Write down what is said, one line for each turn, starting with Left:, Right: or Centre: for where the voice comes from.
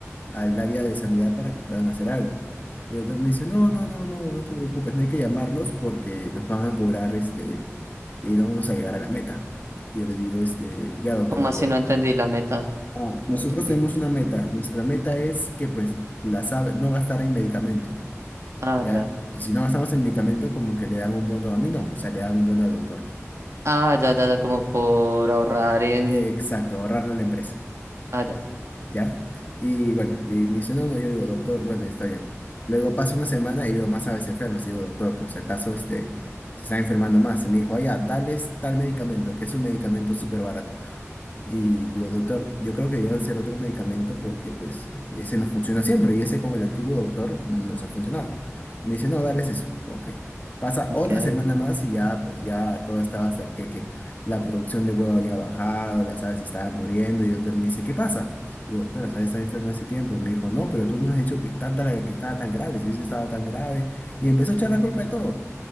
Left: al área de sanidad para que puedan hacer algo. Y el doctor me dice, no, no, no, no, no te preocupes, no hay que llamarlos porque nos van a cobrar, este, y no vamos a llegar a la meta. Y yo le digo, este, ya, doctor,
Right: ¿Cómo
Left: de
Right: así
Left: acuerdo.
Right: no entendí la meta?
Left: Ah, nosotros
Right: No entendí.
Left: tenemos una meta. Nuestra meta es que, pues, las ave- no gastar en medicamentos.
Right: Ah,
Left: ¿ya?
Right: ya.
Left: Si si no gastamos en medicamento, como que le dan un bono a mí, no, o sea, le dan un bono al doctor.
Right: Ah, ya, ya, ya, como por ahorrar en...
Left: Eh, Exacto, ahorrarle a la empresa,
Right: Ah, ya,
Left: ¿ya? Y bueno, y me dice, no, no, yo le digo, doctor, bueno, está bien. Luego pasa una semana y veo más aves enfermas, y digo, doctor, por si acaso, este, se están enfermando más. Y me dijo, ah, ya, dales tal medicamento, que es un medicamento súper barato. Y digo, doctor, yo creo que debe ser otro medicamento porque pues ese no funciona siempre y ese con el antiguo doctor nos ha funcionado. Me dice, no, dale eso. Ok. Pasa
Right: ok.
Left: otra semana más y ya, pues ya todo estaba hasta el que, que la producción de huevo había bajado, las aves estaban muriendo y el doctor me dice, ¿qué pasa? Digo, doctor, las aves están enfermas hace tiempo. Y me dijo, no, pero tú no me has dicho que tanta la que estaba tan grave, si hubiese estado tan grave. Y empezó a echar la culpa de todo.